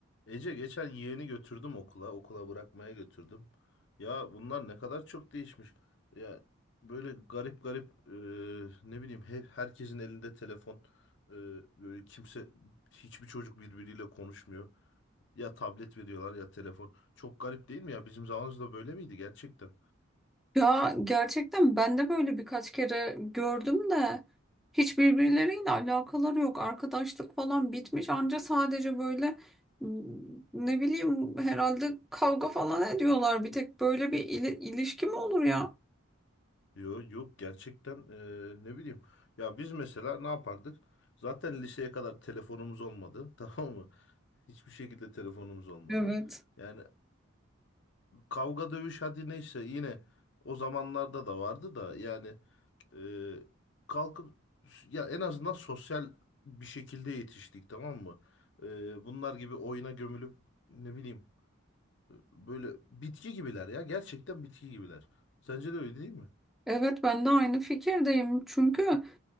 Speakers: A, on the left (about 55°); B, in the centre.
A: Ece geçen yeğeni götürdüm okula. Okula bırakmaya götürdüm. Ya bunlar ne kadar çok değişmiş. Ya böyle garip garip e, ne bileyim her, herkesin elinde telefon. E, böyle kimse hiçbir çocuk birbiriyle konuşmuyor. Ya tablet veriyorlar ya telefon. Çok garip değil mi ya? Bizim zamanımızda böyle miydi gerçekten?
B: Ya gerçekten ben de böyle birkaç kere gördüm de hiç birbirleriyle alakaları yok. Arkadaşlık falan bitmiş anca sadece böyle m, ne bileyim herhalde kavga falan ediyorlar. Bir tek böyle bir ili- ilişki mi olur ya?
A: Yok yok gerçekten e, ne bileyim. Ya biz mesela ne yapardık? Zaten liseye kadar telefonumuz olmadı. <laughs> Tamam mı? Hiçbir şekilde telefonumuz olmadı.
B: Evet.
A: Yani kavga dövüş hadi neyse yine o zamanlarda da vardı da yani e, kalkıp ya en azından sosyal bir şekilde yetiştik tamam mı? E, bunlar gibi oyuna gömülüp ne bileyim e, böyle bitki gibiler ya gerçekten bitki gibiler. Sence de öyle değil mi?
B: Evet ben de aynı fikirdeyim. Çünkü